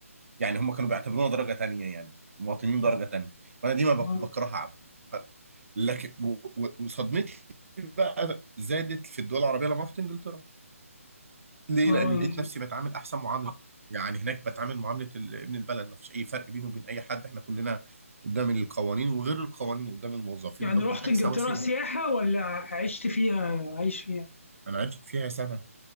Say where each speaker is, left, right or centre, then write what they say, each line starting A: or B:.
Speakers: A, on the right; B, on the left.
A: يعني هم كانوا بيعتبرونا درجة تانية يعني مواطنين درجة تانية فأنا دي ما بك-
B: اه
A: بكرهها عم ف- لكن و- و- وصدمتي بقى زادت في الدول العربية لما رحت إنجلترا ليه؟
B: اه
A: لأن لقيت نفسي بتعامل أحسن معاملة يعني هناك بتعامل معاملة ال- ابن البلد ما فيش أي فرق بينه وبين أي حد إحنا كلنا قدام القوانين وغير القوانين قدام الموظفين
B: يعني
A: قدام
B: رحت
A: كل حاجة
B: انجلترا
A: سواسية
B: سياحه ولا عشت فيها عايش فيها؟
A: أنا عشت فيها سنة